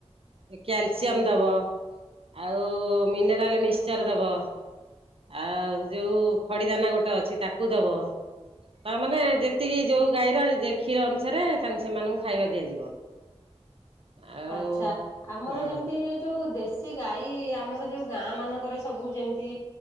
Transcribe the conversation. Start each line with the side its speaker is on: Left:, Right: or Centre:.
Right: କ୍ୟାଲସିୟମ ଦବ ଆଉ ମିନେରାଲ ମିକ୍ସଚର ଦବ। ଆଉ ଯୋଉ ଖଡି ଦାନା ଗୋଟେ ଅଛି ତାକୁ ଦବ ତା ମାନେ ଯେତିକି ଯୋଉ ଗାଈର କ୍ଷୀର ଅନୁସାରେ ତାଙ୍କୁ ସେମାନଙ୍କୁ ଖାଇବା ଦିଆଯିବ। ଆଉ
Left: ଆଛା ଆମର
Right: ହଁ
Left: ଯେମିତି ଯୋଉ ଦେଶ। ସେ ଗାଈ ଆମର ଯୋଉ ଗାଁ ମାନଙ୍କରେ ସବୁ ଯେମିତି